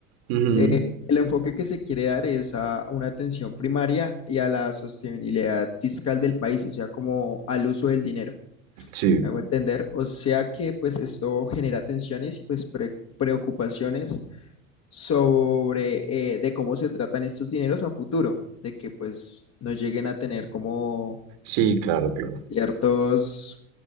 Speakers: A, on the right; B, on the left.
A: Ujú,
B: Eh, el enfoque que se quiere dar es a una atención primaria y a la sostenibilidad fiscal del país, o sea, como al uso del dinero,
A: Sí,
B: ¿me hago entender? O sea que pues esto genera tensiones y pues pre- preocupaciones sobre eh, de cómo se tratan estos dineros a futuro, de que pues no lleguen a tener como
A: sí, claro, claro.
B: Ciertos,